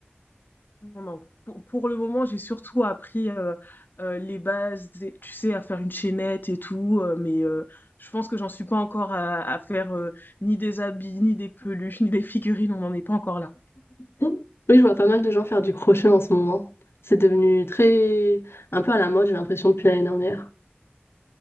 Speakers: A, on the left; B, on the left.
A: Non, non. Pour pour le moment, j'ai surtout appris, heu heu, les bases des tu sais, à faire une chaînette et tout, heu, mais heu, je pense que j'en suis pas encore à à faire, heu, ni des habits, ni des peluches, ni des figurines, on n'en est pas encore là.
B: Mm. Oui, je vois pas mal de gens faire du crochet en ce moment. C'est devenu très... un peu à la mode, j'ai l'impression, depuis l'année dernière.